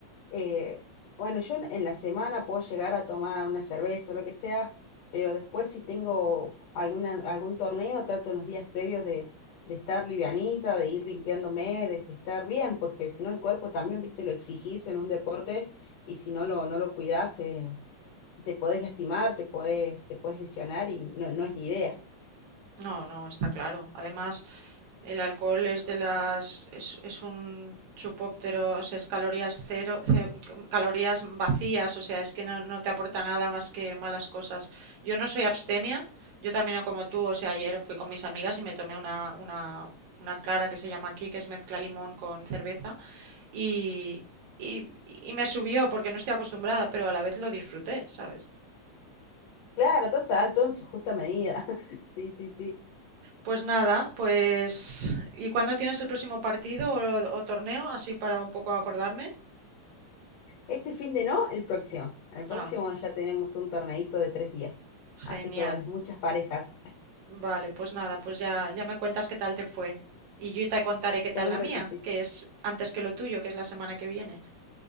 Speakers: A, on the left; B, on the right.
A: eh, bueno, yo en, en la semana puedo llegar a tomar una cerveza o lo que sea, pero después si tengo alguna, algún torneo, trato en los días previos de, de estar livianita, de ir limpiándome, de estar bien, porque si no el cuerpo también, viste, lo exigís en un deporte y si no lo, no lo cuidás, eh, te podés lastimar, te podés, te podés lesionar y no, no es la idea.
B: No, no, está claro. Además, El alcohol es de las es, es un chupóptero, o sea, es calorías cero, ce- calorías vacías, o sea, es que no, no te aporta nada más que malas cosas. Yo no soy abstemia, yo también no como tú, o sea, ayer fui con mis amigas y me tomé una, una, una clara que se llama aquí, que es mezcla limón con cerveza, y, y, y me subió porque no estoy acostumbrada, pero a la vez lo disfruté, ¿sabes?
A: Claro, total, todo en su justa medida. <laughs> Sí, sí, sí.
B: Pues nada, pues ¿y cuándo tienes el próximo partido o, o torneo? Así para un poco acordarme.
A: Este fin de no, el próximo. El próximo
B: Ah,
A: ya tenemos un torneito de tres días. Así
B: Genial.
A: que bueno, muchas parejas.
B: Vale, pues nada, pues ya, ya me cuentas qué tal te fue. Y yo te contaré qué
A: Seguro
B: tal la mía,
A: que sí.
B: que es antes que lo tuyo, que es la semana que viene.